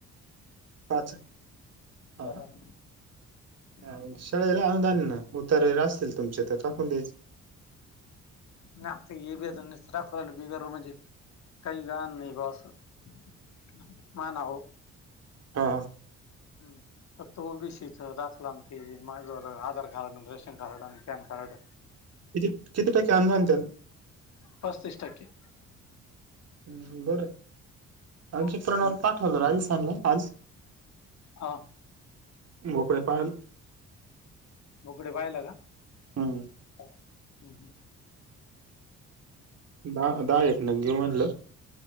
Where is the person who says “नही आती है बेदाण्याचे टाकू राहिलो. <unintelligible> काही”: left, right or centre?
Left